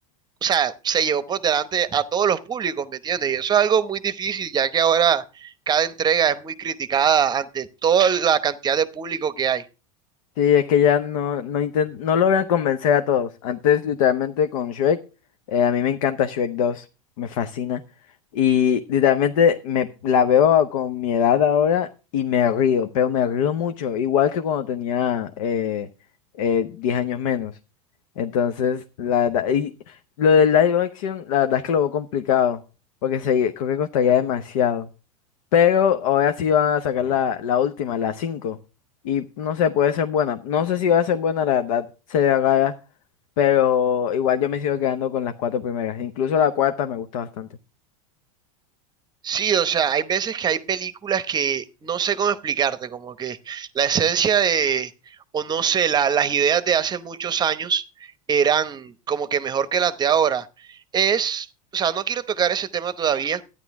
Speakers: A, on the right; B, on the left.
A: o sea, se llevó por delante a todos los públicos, ¿me entiendes? Y eso es algo muy difícil, ya que ahora cada entrega es muy criticada ante toda la cantidad de público que hay.
B: Sí, es que ya no, no, inten- no logran convencer a todos. Antes, literalmente, con Shrek, eh, a mí me encanta Shrek 2, me fascina. Y literalmente me la veo con mi edad ahora y me río, pero me río mucho, igual que cuando tenía eh, eh, 10 años menos. Entonces, la verdad, y lo del live action, la verdad es que lo veo complicado, porque se, creo que costaría demasiado. Pero ahora sí van a sacar la, la última, la cinco Y no sé, puede ser buena. No sé si va a ser buena, la verdad sería rara. Pero igual yo me sigo quedando con las cuatro primeras. Incluso la cuarta me gusta bastante.
A: Sí, o sea, hay veces que hay películas que no sé cómo explicarte, como que la esencia de, o no sé, la- las ideas de hace muchos años eran como que mejor que las de ahora. Es, o sea, no quiero tocar ese tema todavía,